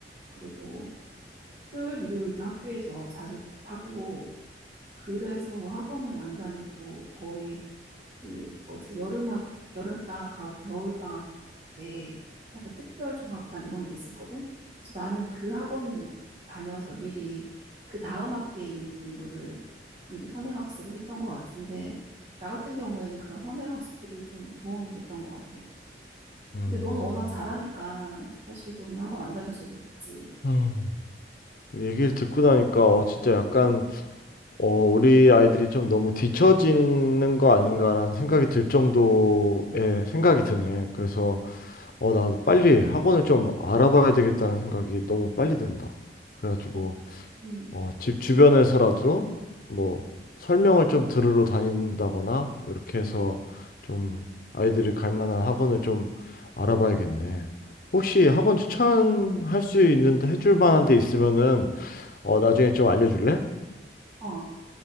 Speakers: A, on the right; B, on the left.
A: 그리고 토요일, 일요일도 학교에서 자습하고, 그래서 학원은 안 다니고 거의 그 뭐지 여름학 여름방학하고 겨울방학 때 약간 특별 종합반 이런 게 있었거든. 그래서 나는 그 학원을 다녀서 미리 그 다음 학기에 있는 공부를 미리 선행학습을 했던 것 같은데 나 같은 경우에는 그런 선행학습들이 좀 도움이 됐던 것 같아.
B: 음,
A: 근데 너는 워낙 잘하니까 사실 너는 학원 안 다녔어도 됐지.
B: 음, 그 얘기를 듣고 나니까 어 진짜 약간 어, 우리 아이들이 좀 너무 뒤처지는 거 아닌가라는 생각이 들 정도의 생각이 드네. 그래서, 어, 나도 빨리 학원을 좀 알아봐야 되겠다는 생각이 너무 빨리 든다. 그래가지고,
A: 어, 음,
B: 어, 집 주변에서라도 뭐 설명을 좀 들으러 다닌다거나 이렇게 해서 좀 아이들이 갈 만한 학원을 좀 알아봐야겠네. 혹시 학원 추천할 수 있는, 해줄 만한 데 있으면은, 어, 나중에 좀 알려줄래?
A: 어.